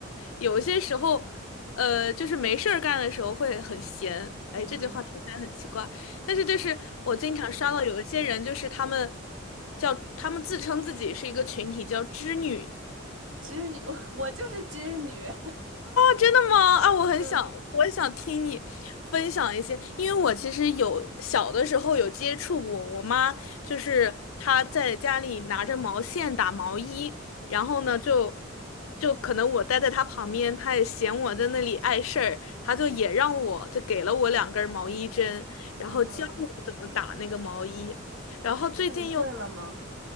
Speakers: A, on the left; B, on the right.
A: 有一些时候，呃，就是没事儿干的时候会很闲。哎，
B: 嗯，
A: 这句话听起来很奇怪，但是就是我经常刷到有一些人，就是他们叫他们自称自己是一个群体，叫织女。
B: 织女，<laughs> 我就是织女。<laughs>
A: 真的吗？啊，我很想，
B: 嗯
A: 我想听你分享一些，因为我其实有小的时候有接触过，我妈就是她在家里拿着毛线打毛衣，然后呢就就可能我待在她旁边，她也嫌我在那里碍事儿，她就也让我就给了我两根儿毛衣针，然后教我
B: 嗯，
A: <laughs> 怎么打那个毛衣，然后最近又，
B: 那你会了吗？